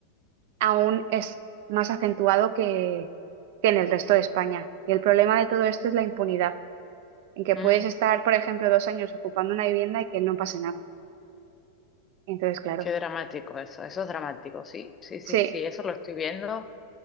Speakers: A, on the right; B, on the left.
A: aún es más acentuado que, que en el resto de España. Y el problema de todo esto es la impunidad en que
B: Mm,
A: puedes estar, por ejemplo, dos años ocupando una vivienda y que no pase nada. Entonces, claro,
B: qué dramático eso. Eso es dramático, sí, sí, sí,
A: sí,
B: sí. Eso lo estoy viendo.